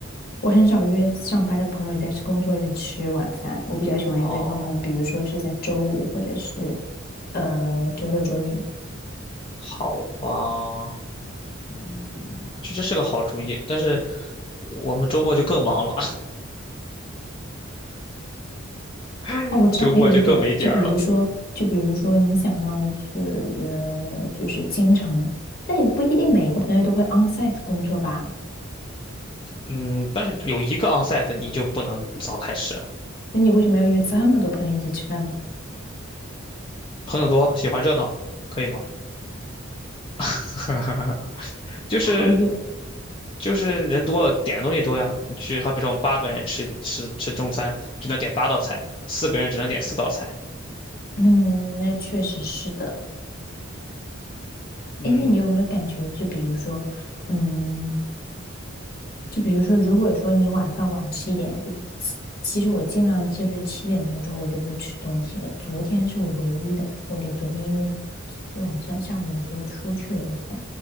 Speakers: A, on the left; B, on the left.
A: 我很少约上班的朋友在工作日吃晚饭，我比较喜欢约他们，
B: 哦，
A: 比如说是在周五或者是呃周六周日。
B: 好吧，嗯，其实是个好主意，但是我们周末就更忙了，<laughs>
A: 哦，我知道还有一点，
B: 周末就更没点儿了。
A: 就比如说，就比如说你想要去呃，就是经常，但也不一定每个朋友都会 onsite 工作吧。
B: 嗯，但是有一个 onsite 你就不能早开始，
A: 那你为什么要约这么多朋友一起吃饭呢？
B: 朋友多，喜欢热闹，可以吗？<laughs> 就是
A: 好友，
B: 就是人多了，点的东西多呀。你去，好比说我们八个人吃吃吃中餐，只能点八道菜；四个人只能点四道菜。
A: 嗯，那确实是的。
B: 嗯，
A: 哎，那你有没有感觉，就比如说，嗯，就比如说，如果说你晚饭晚吃一点，就其其实我尽量就是七点钟之后我就不吃东西了。昨天是我唯一的破例，昨天因为是晚上下午的时候出去了一下，